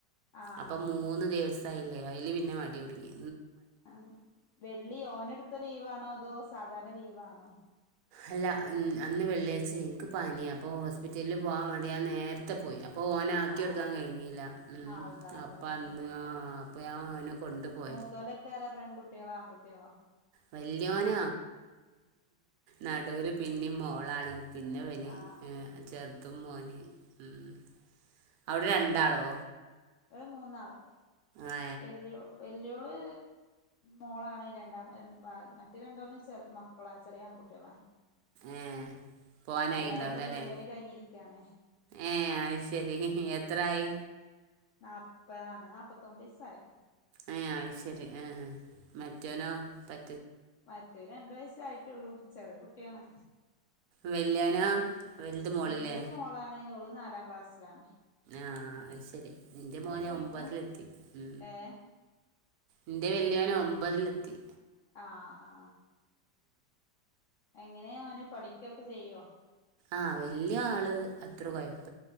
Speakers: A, on the left; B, on the right.
A: ആഹ്
B: അപ്പൊ മൂന്ന് ദിവസായില്ലേോ അല് പിന്നെ മടി തുടുങ്ങി
A: ആ വെള്ളി ഓനടുത്ത ലീവാണോ അതോ സാധാരണ ലീവാ ആണോ
B: അല്ല അന്ന് വെള്ളിയാഴ്ച എനിക്ക് പനി അപ്പൊ ഹോസ്പിറ്റലിൽ പോവാൻ മട ഞാൻ നേരത്തെ പോയി അ അപ്പോൾ ഓനക്കിെടുക്കാൻ
A: ആഹ്
B: കഴിഞ്ഞില്ല
A: ആളുണ്ടാവൂലല്ലേ
B: അപ്പം അന്ന് അപ്പോൾ ഞാൻ ഓനെ കൊണ്ടു പോയ
A: മൂത്തോലക്കാരോ പെൺകുട്ടികളോ ആൺകുട്ടികളോ
B: വല്യോന നടുവില് പിന്നെ മോളാണ് പിന്നെ
A: ആഹ്
B: ചെറുതും മോന് ഉം. അവിടെ രണ്ടാളോ
A: ഇവിടെ മൂന്നാള്
B: ഏ
A: വിലയോ വ വല്യോള് മോളാണ് രണ്ടാമത്തെ മറ്റ് രണ്ടോളും മക്കളാണ് ചെറിയ ആൺകുട്ടികളാണ്
B: ഏ പോകാനായി
A: ഒരാളിപ്പൊ
B: ഉണ്ടാവില്ല അല്ലേ
A: ഡെലിവറി കഴിഞ്ഞിരിക്കാണ്
B: ഏ അത് ശരി എത്രായി
A: നാപ്പത് ആന്ന് നാപ്പത്തൊമ്പത് ദിവസായി
B: അ ശരി ആ മറ്റോനോ പ
A: മറ്റേ രണ്ടു വയസായിട്ടുള്ളൂ ചെറിയ കുട്ടിയാണ്
B: വല്യോ നോ വലുത് മോള
A: വല്യത്
B: അല്ലേ
A: മോളാണ് ഓള് നാലാം ക്ലാസ്സിലാണ്
B: ആഹ അത് ശരി. എന്റെ മോന്
A: ഓള് പോയിക്കണ്
B: ഒമ്പതിലെത്തി ഉ
A: ഏഹ്
B: എന്റെ വലിയവന് ഒമ്പതിലെത്തി
A: ആ ആ എങ്ങനെയ അവന് പഠിക്കൊക്കെ ചെയ്യുവോ
B: ആഹ വല്യ ആള് അത്ര കൊഴപ്പമില്ല